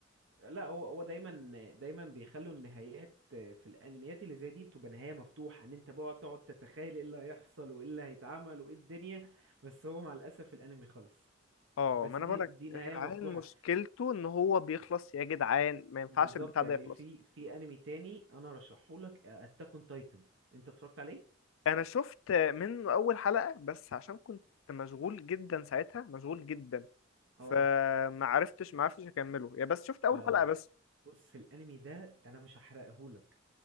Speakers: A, on the right (about 65°); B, on the left (about 80°).
A: لا هو هو دايما دايما بيخلوا النهايات في الانميات اللي زي دي بتبقى نهايه مفتوحه ان انت بقى تقعد تتخيل ايه اللي هيحصل وايه اللي هيتعمل وايه الدنيا بس هو مع الاسف الانمي خلص
B: اه
A: بس
B: ما انا
A: دي
B: بقولك
A: دي نهايه
B: يا جدعان
A: مفتوحه
B: مشكلته ان هو بيخلص يا جدعان ما ينفعش
A: بالظبط
B: البتاع ده
A: يعني
B: يخلص
A: في في انمي تاني انا رشحه لك اتاك اون تايتن انت اتفرجت عليه
B: انا شفت منه اول حلقة بس عشان كنت مشغول جدا ساعتها مشغول جدا
A: اه
B: فما عرفتش ما عرفتش اكمله يا بس شفت اول
A: لا
B: حلقة
A: لا
B: بس
A: بص الانمي ده انا مش هحرقه لك،